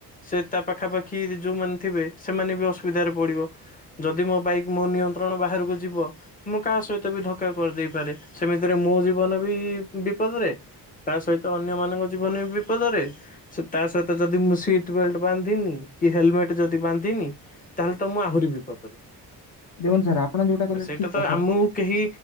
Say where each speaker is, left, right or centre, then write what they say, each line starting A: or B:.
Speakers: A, on the left; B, on the left.
A: ସେ ତା ପାଖାପାଖି ଯୋଉମାନେ ଥିବେ ସେମାନେ ବି ଅସୁବିଧାରେ ପଡିବ। ଯଦି ମୋ ବାଇକ ମୋ ନିଅ ଣ ବାହାରକୁ ଯିବ ମୁଁ କାହା ସହିତ ବି ଧକା କରିଦେଇ ପାରେ ସେମିତିରେ ମୋ ଜୀବନ ବି ବିପଦରେ ତା ସହିତ ଅନ୍ୟ ମାନଙ୍କ ଜୀବନ ବି ବିପଦରେ ତା ସହିତ ଯଦି ସିଟ ବେଲଟ ବାନ୍ଧିନି କି ହେଲମେଟ ଯଦି ବାନ୍ଧିନି ତାହେଲେ ତ ମୁଁ ଆହୁରି ବିପଦରେ।
B: ଦେଖନ୍ତୁ ସାର୍ ଆପଣ ଯୋଉଟା କହିଲେ
A: ସେଇଟା
B: ଠିକ
A: ତ
B: କଥା।
A: ଆମକୁ କେହି